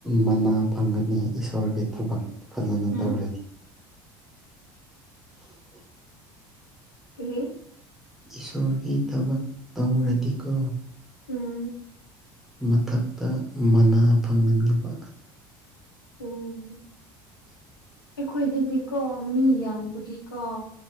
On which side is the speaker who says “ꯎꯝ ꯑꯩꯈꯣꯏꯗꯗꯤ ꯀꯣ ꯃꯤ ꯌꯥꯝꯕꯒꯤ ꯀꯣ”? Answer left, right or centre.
Left